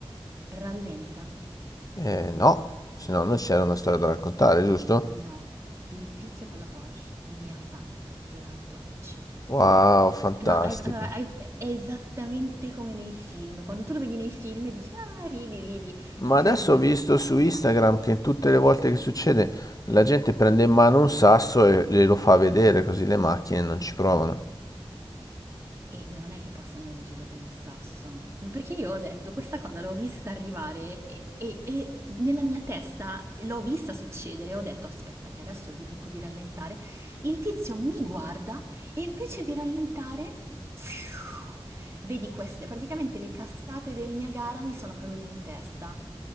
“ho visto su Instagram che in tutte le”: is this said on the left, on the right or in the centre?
Left